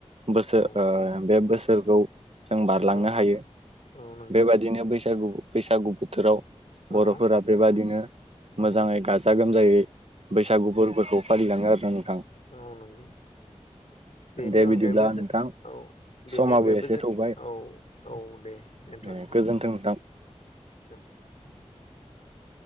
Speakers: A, on the right; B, on the left.
A: बोसोर
B: औ
A: ओ बे बोसोरखौ जों बारलांनो
B: औ
A: हायो
B: औ नंगौ
A: बेबादिनो बैसागु बैसागु बोथोराव बर'फोरा
B: औ
A: बेबादिनो
B: औ
A: मोजाङै गाजा गोमजायै बैसागु फोरफोरखौ फालिलाङो आरोना नोंथां
B: औ नंगौ बेनि
A: दे
B: अनगायैबो
A: बिदिब्ला
B: जों
A: नोंथां
B: औ बेनि
A: समाबो
B: अनगायैबो
A: एसे
B: जों
A: थौबाय
B: औ औ औ दे दोन्थ'नि
A: ए गोजोन्थों नोंथां।
B: <unintelligible>